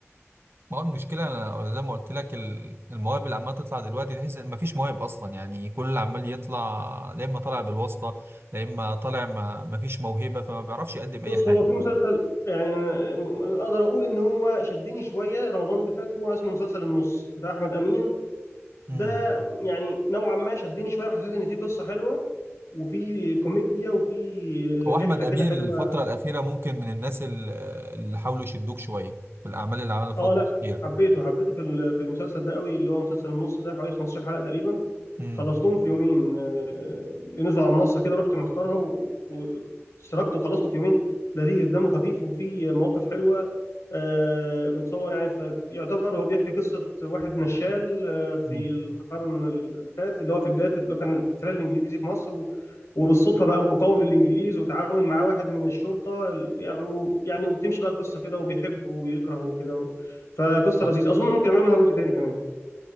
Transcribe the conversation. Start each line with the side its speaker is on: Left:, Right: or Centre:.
Right: ما هو المشكلة أنا زي ما قلت لك ال- المواهب اللي عمالة تطلع دلوقتي تحس إن مفيش مواهب أصلا يعني كل اللي عمال يطلع لا إما طالع بالواسطة لا إما طالع ما مفيش موهبة فما بيعرفش يقدم
Left: بص
Right: أي حاجة.
Left: هو في مسلسل يعني آه، م- أنا اقدر اقول ان هو شدني شويه رمضان اللي فات هو اسمه مسلسل النص بتاع احمد امين
Right: مم.
Left: ده يعني نوعا ما شدني شويه وحسيت ان في قصه حلوه وفي كوميديا وفي
Right: هو احمد
Left: آه، رحله كده
Right: امين
Left: حلوه
Right: الفتره الاخيره ممكن من الناس ال- اللي حاولوا يشدوك شويه في الاعمال اللي عملها الفتره
Left: اه لا
Right: الاخيره
Left: حبيته حبيته في ال- في المسلسل ده قوي اللي هو مسلسل النص ده حوالي 15 حلقه تقريبا
Right: امم
Left: خلصتهم في يومين آه، نزلوا على منصه كده رحت مختارها و- واشتركت وخلصته في يومين لذيذ دمه خفيف وفيه مواقف حلوه آه، متصور يعني ف- يعتبر هو بيحكي قصه واحد نشال آه، في
Right: مم.
Left: القرن اللي فات اللي هو في بدايه اللي هو كان الاحتلال الانجليزي في مصر و- وبالصدفه بقى مقاوم للانجليز وتعاون معاه واحد من الشرطه ال- يعني يعني وبتمشي بقى القصه كده وبيحب ويكره وكده فقصه
Right: طيب
Left: لذيذه اظن ممكن يعملوا منها جزء تاني كمان